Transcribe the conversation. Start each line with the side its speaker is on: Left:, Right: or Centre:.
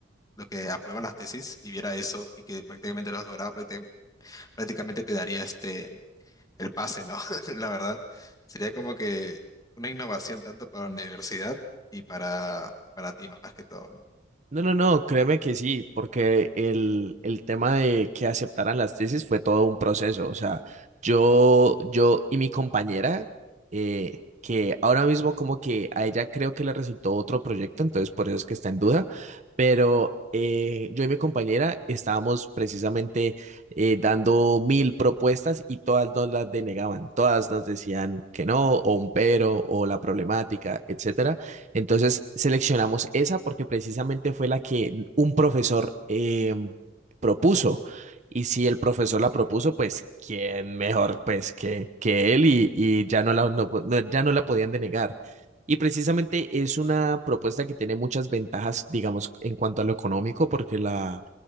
Left: lo que aprueban las tesis y viera eso y que prácticamente lo has logrado, prácti- prácticamente te daría este el pase, ¿no? <laughs> La verdad, sería como que una innovación tanto para la universidad y para, para ti más que todo, ¿no?
Right: No, no, no, créeme que sí, porque el, el tema de que aceptaran las tesis fue todo un proceso. O sea, yo, yo y mi compañera, eh, que ahora mismo como que a ella creo que le resultó otro proyecto, entonces por eso es que está en duda, pero eh, yo y mi compañera estábamos precisamente eh, dando mil propuestas y todas nos las denegaban, todas nos decían que no, o un pero, o la problemática, etcétera. Entonces seleccionamos esa porque precisamente fue la que un profesor eh, propuso. Y si el profesor la propuso, pues quién mejor pues que, que él y, y ya no la, no- no- ya no la podían denegar. Y precisamente es una propuesta que tiene muchas ventajas, digamos, en cuanto a lo económico, porque la,